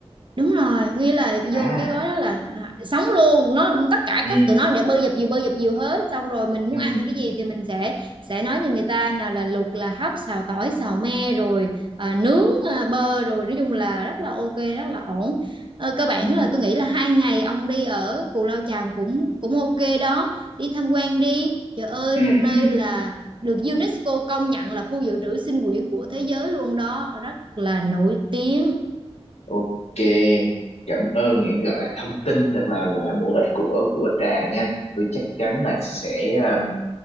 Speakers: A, on the right; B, on the left.
A: đúng rồi nghĩa là
B: à
A: vô cái gói đó là sống luôn nó tất cả
B: ừ
A: các tụi nó để bơi dập dìu bơi dập dìu hết xong rồi mình muốn
B: ừ
A: ăn cái gì thì mình sẽ sẽ nói cho người ta nào là luộc là hấp xào tỏi xào me rồi à, nướng à, bơ rồi nói chung là rất là ok rất là ổn Ờ, cơ bản
B: Ừ.
A: là tôi nghĩ là hai ngày ông đi ở Cù Lao Chàm cũng cũng ok đó đi tham quan đi trời ơi
B: ừ
A: một nơi
B: ừ
A: là được UNESCO công nhận là khu dự trữ sinh quyển của thế giới luôn đó rất là nổi tiếng
B: ok cảm ơn những gọi là thông tin thật là gọi là bổ ích của của Trà nha tôi chắc chắn là sẽ um,